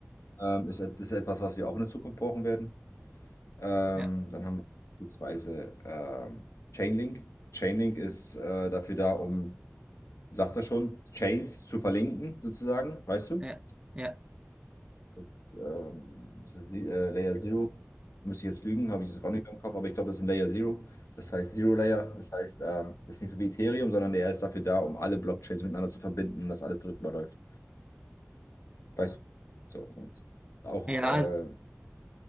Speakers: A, on the left (about 85°); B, on the right (about 20°).
A: Ähm, ist, et- das ist etwas, was wir auch in der Zukunft brauchen werden. Ähm,
B: Ja.
A: dann haben wir beispielsweise ähm, Chainlink. Chainlink ist äh, dafür da, um, sagt er schon, Chains zu verlinken, sozusagen, weißt du?
B: Ja, ja.
A: Das, ähm, das ist die- äh, Layer Zero. Müsste ich jetzt lügen, habe ich es auch nicht mehr im Kopf, aber ich glaube, das ist ein Layer Zero. Das heißt Zero Layer. Das heißt, ähm, das ist nicht so wie Ethereum, sondern der ist dafür da, um alle Blockchains miteinander zu verbinden und dass alles drüber läuft. Weißt du? So. Und auch
B: Ja,
A: äh,
B: also,